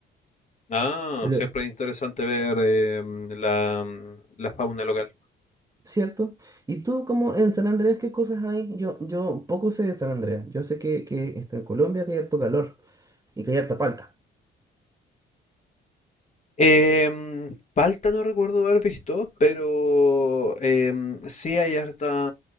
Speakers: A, on the left; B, on the right.
A: Ah,
B: Salió-
A: siempre es interesante ver eh, la, mm, la fauna local.
B: ¿Cierto? ¿Y tú como en San Andrés qué cosas hay? Yo, yo poco sé de San Andrés. Yo sé que, que está en Colombia, que hay harto calor y que hay harta palta.
A: Em, palta no recuerdo haber visto, pero em, sí hay harta,